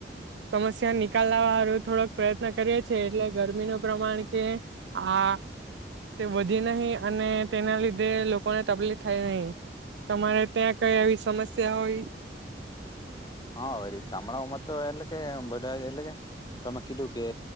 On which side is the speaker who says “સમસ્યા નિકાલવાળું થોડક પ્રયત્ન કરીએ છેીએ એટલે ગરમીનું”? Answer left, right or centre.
Right